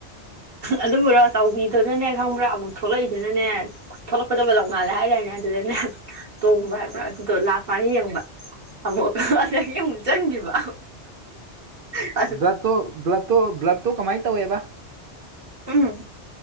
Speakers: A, on the right; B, on the right.
A: ꯑꯗꯨꯕꯨꯔꯣ ꯆꯥꯎꯕꯤꯗꯨꯅꯅꯦ ꯈꯪꯕ꯭ꯔꯥ ꯑꯃꯨꯛ ꯊꯣꯛꯂꯛꯏꯗꯨꯅꯅꯦ ꯊꯣꯛꯂꯛꯄꯗ ꯕꯥꯂꯞ ꯉꯥꯜꯂꯦ ꯍꯥꯏꯗꯥꯏꯅꯦ ꯑꯗꯨꯗꯅꯦ ꯇꯣꯡꯕ ꯍꯥꯏꯕ꯭ꯔꯥ ꯑꯗꯨꯗꯣ ꯂꯥꯛꯄꯅ ꯌꯦꯡꯕ <unintelligible> ꯆꯪꯒꯤꯕꯥ <unintelligible>
B: ꯕ꯭ꯂꯨꯞꯇꯣ ꯕ꯭ꯂꯨꯞꯇꯣ ꯕ꯭ꯂꯨꯞꯇꯣ ꯀꯃꯥꯏ ꯇꯧꯋꯦꯕ
A: ꯎꯝ